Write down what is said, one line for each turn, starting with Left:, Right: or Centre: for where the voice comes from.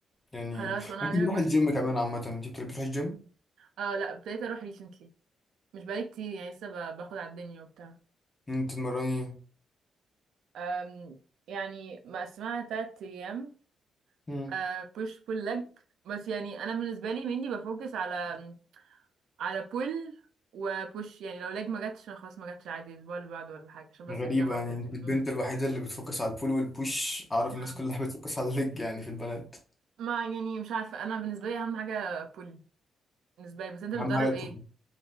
Left: يعني
Right: خلاص وانا
Left: ممكن
Right: اعلمك
Left: نروح
Right: باسكت
Left: الجيم كمان عامه انت بتروحي الجيم
Right: اه لا ابتديت اروح ريسنتلي مش بقالي كتير يعني لسه ب- باخد على الدنيا وبتاع
Left: انت تمرني
Right: أم يعني مقسمها تلات ايام
Left: مم.
Right: أه بوش بول لج بس يعني انا بالنسبة لي mainly بفوكس على على بول وبوش يعني لو لاج ما جاتش أنا خلاص ما جاتش عادي الاسبوع اللي بعده ولا حاجه عشان بس
Left: غريبة
Right: الجامعه
Left: يعني
Right: وكده
Left: انت البنت
Right: امم
Left: الوحيدة اللي بتفوكس على البول والبوش اعرف
Right: نعم.
Left: الناس كلها <laughs> بتفوكس على الليج يعني في البنات
Right: ما يعني مش عارفه انا بالنسبه لي اهم حاجه بول بالنسبه لي بس انت بتدرب
Left: اهم حاجة البول
Right: ايه